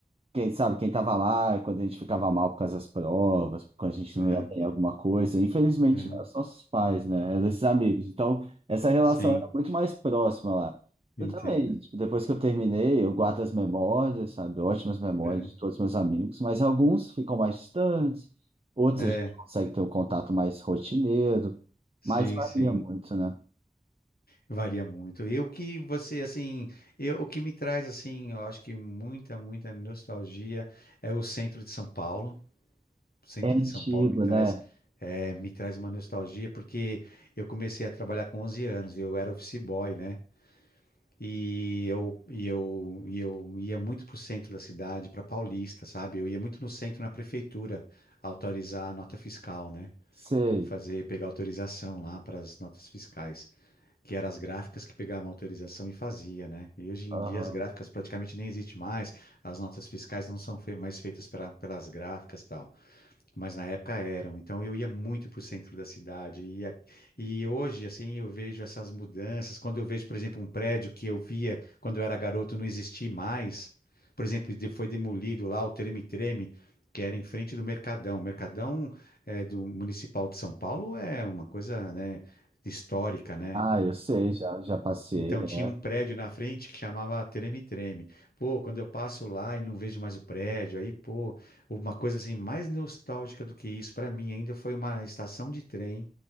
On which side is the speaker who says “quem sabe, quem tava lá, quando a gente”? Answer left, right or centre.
Right